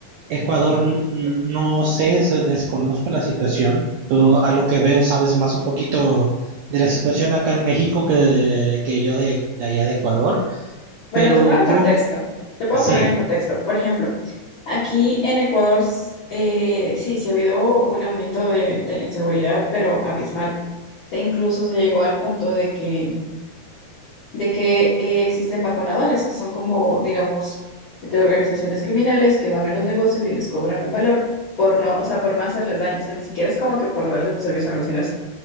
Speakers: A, on the right; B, on the left.
A: Ecuador n- n- no sé, se- desconozco la situación. Tú a lo que veo sabes más un poquito de la situación acá en México que, que yo de, de allá de Ecuador,
B: Bueno,
A: pero
B: te pongo en contexto.
A: creo que
B: Te puedo
A: sí,
B: poner en contexto. Por ejemplo, aquí en Ecuador, eh, sí, sí ha habido un aumento de, de la inseguridad, pero abismal. E incluso se llegó al punto de que, de que eh, existen vacunadores, que son como, digamos, de organizaciones criminales que van a los negocios y les cobran un valor por no, o sea, por no hacerles daño. O sea, ni siquiera es como que por darles un servicio a los sino es,